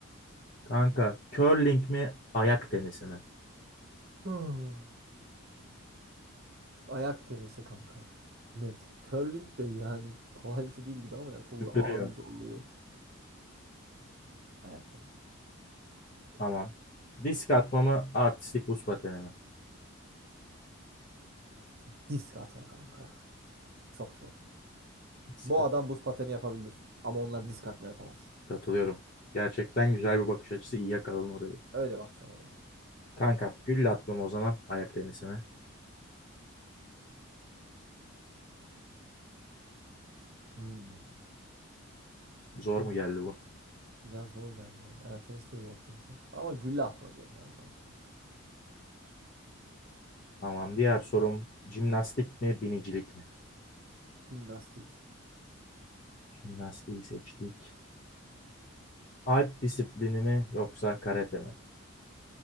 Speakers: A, on the left (about 40°); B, on the right (about 45°).
A: Kanka curling mi, ayak tenisi mi?
B: Hmm. Ayak tenisi kanka. Net. Curling de yani kolay bir şey değil gibi ama yani çok
A: Süpürüyorum.
B: ağır bir zorluğu yok. Ayak tenisi.
A: Tamam. Disk atma mı, artistik buz pateni mi?
B: Disk atma kanka. Çok zor.
A: Disk
B: Bu
A: atma.
B: adam buz pateni yapabilir. Ama onlar disk atma yapamaz.
A: Katılıyorum. Gerçekten güzel bir bakış açısı. İyi yakaladın orayı.
B: Öyle bakacağım olaya.
A: Kanka gülle atmam o zaman ayak tenisine.
B: Hmm.
A: Zor mu geldi bu?
B: Biraz zor geldi. Ayak tenisi de zor çünkü. Ama gülle atma diyorum ya kanka.
A: Tamam. Diğer sorum jimnastik mi binicilik mi?
B: Jimnastik.
A: Jimnastiği seçtik. Alp disiplini mi yoksa karate mi?